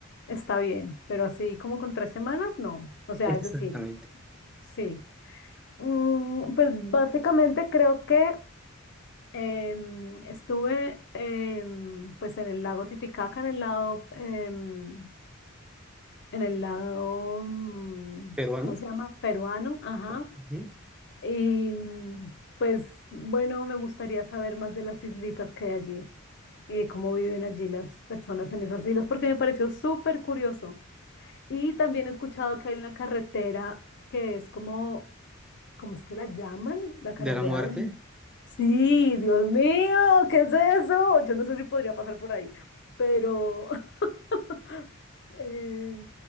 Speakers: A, on the left (about 55°); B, in the centre.
A: está bien, pero así como con tres semanas, no. O sea,
B: Exactamente.
A: es decir, sí. Mm, pues básicamente creo que em, estuve em, pues en el lago Titicaca, en el lado, em, en el lado, mm,
B: Peruano,
A: ¿cómo se llama? Peruano, ajá.
B: ujú,
A: Y mm, pues bueno, me gustaría saber más de las islitas que hay allí y de cómo viven allí las personas en esas islas, porque me pareció súper curioso. Y también he escuchado que hay una carretera que es como ¿Cómo es que la llaman? La carretera
B: de la muerte.
A: de... Sí, Dios mío, ¿qué es eso? Yo no sé si podría pasar por ahí, pero... <laughs> eh,